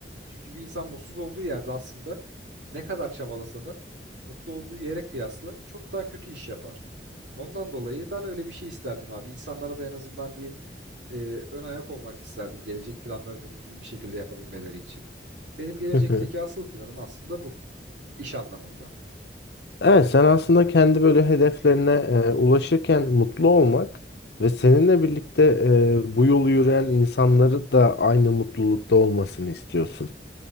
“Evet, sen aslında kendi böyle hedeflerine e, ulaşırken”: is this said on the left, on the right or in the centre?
Left